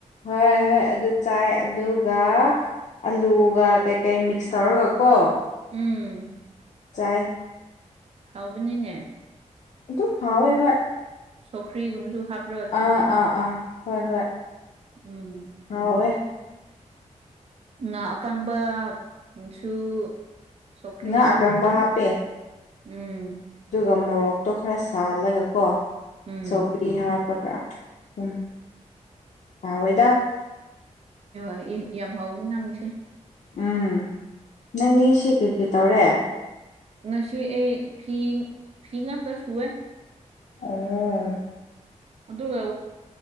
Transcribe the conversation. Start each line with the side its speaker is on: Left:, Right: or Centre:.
Left: ꯍꯣꯏ ꯍꯣꯏ ꯑꯗꯨ ꯆꯥꯏ ꯑꯗꯨꯒ ꯑꯂꯨꯒ ꯀꯩꯀꯩ ꯃꯤꯛꯁ ꯇꯧꯔꯒ ꯀꯣ
Right: ꯎꯝ
Left: ꯆꯥꯏ
Right: ꯍꯧꯕꯅꯤꯅꯦ
Left: ꯑꯗꯨ ꯑꯗꯨꯝ ꯍꯥꯎꯋꯦ ꯍꯣꯏ
Right: ꯁꯣꯈ꯭ꯔꯤꯒꯨꯝꯁꯨ ꯍꯥꯞꯄ
Left: ꯑꯥ ꯑꯥ ꯑꯥ ꯍꯣꯏ ꯍꯣꯏ
Right: ꯎꯝ
Left: ꯍꯋꯦ
Right: ꯉꯥ ꯑꯀꯥꯡꯕꯁꯨ ꯁꯣꯀ꯭ꯔꯤꯁꯨ
Left: ꯉꯥ ꯑꯀꯪꯕ ꯍꯥꯞꯄꯦ
Right: ꯎꯝ
Left: ꯑꯗꯨꯒ ꯃꯣꯔꯣꯛꯇꯣ ꯈꯔ ꯁꯥꯍꯜꯂꯒ ꯀꯣ
Right: ꯎꯝ
Left: ꯁꯧ ꯐꯤ ꯍꯥꯞꯄꯒ ꯎꯝ ꯌꯥꯑꯣꯗ
Right: ꯑꯦ ꯌꯥꯝ ꯍꯥꯎꯋꯅꯤ ꯅꯪ ꯏꯁꯦ
Left: ꯎꯝ ꯅꯪꯗꯤ ꯁꯤ ꯀꯔꯤ ꯀꯔꯤ ꯇꯧꯔꯦ
Right: ꯉꯁꯤ ꯑꯩ ꯐꯤ ꯐꯤ ꯉꯥꯛꯇ ꯁꯨꯑꯦ
Left: ꯑꯣ
Right: ꯑꯗꯨꯒ